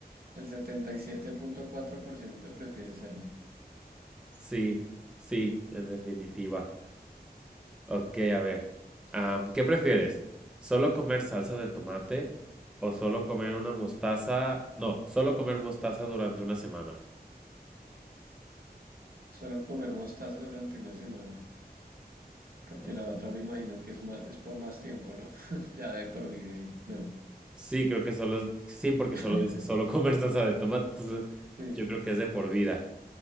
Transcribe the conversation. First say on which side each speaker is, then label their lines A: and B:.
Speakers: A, on the right (about 60°); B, in the centre.
A: el setenta y siete punto cuatro por ciento prefiere serlo.
B: Sí, sí, en definitiva. Ok, a ver. Am, ¿qué prefieres? ¿Solo comer salsa de tomate o solo comer una mostaza? No, solo comer mostaza durante una semana.
A: Solo comer mostaza durante una semana. Porque
B: Ujú.
A: la otra me imagino que es más, es por más tiempo, ¿no? <laughs> Ya de por vida y no.
B: Sí, creo que solo es... Sí, porque solo
A: <laughs>
B: dice solo comer salsa de tomate. Entonces,
A: Sí,
B: yo creo que es de por vida.